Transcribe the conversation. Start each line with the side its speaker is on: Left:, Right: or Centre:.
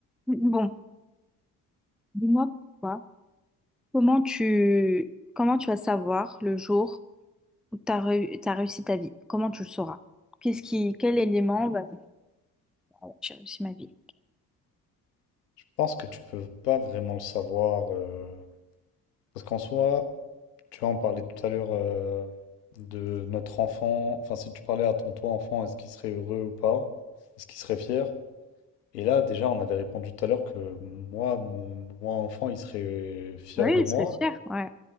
Centre: Bon, dis-moi pourquoi. Comment tu comment tu vas savoir le jour où tu as, réussi ta vie? Comment tu le sauras? Qu'est-ce qui quel élément va te dire, Ah ouais, j'ai réussi ma vie?
Left: pense que tu peux pas vraiment le savoir. euh, parce qu'en soi, tu vois, on parlait tout à l'heure euh, de notre enfant. Enfin, si tu parlais à ton toi enfant, est-ce qu'il serait heureux ou pas? Est-ce qu'il serait fier? Et là, déjà, on avait répondu tout à l'heure que moi, mon moi enfant, il serait fier
Centre: Oui,
Left: de
Centre: il
Left: moi.
Centre: serait fier, ouais.